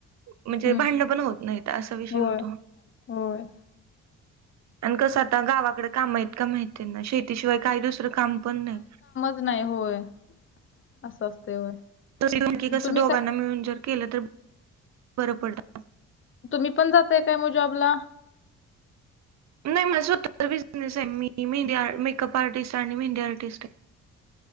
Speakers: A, on the right; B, on the left.
A: म्हणजे
B: हम्म.
A: भांडणं पण होत नाहीत असा विषय
B: होय
A: होतो.
B: होय
A: आणि कसं आता गावाकडे काम आहेत का माहितीय ना शेतीशिवाय काही दुसरं काम पण नाही.
B: ज नाही होय अस असतय होय.
A: <unintelligible> त नमकी कस
B: मग तुम्ही
A: दोघांना
B: काय
A: मिळून जर केलं तर बरं पडत.
B: तुम्ही पण जातय काय मग जॉबला?
A: नाही मला स्वतःचा बिझनेस आहे मी मी मेहंद आ मेकअप आर्टिस्ट आणि मेहंदी आर्टिस्ट आहे.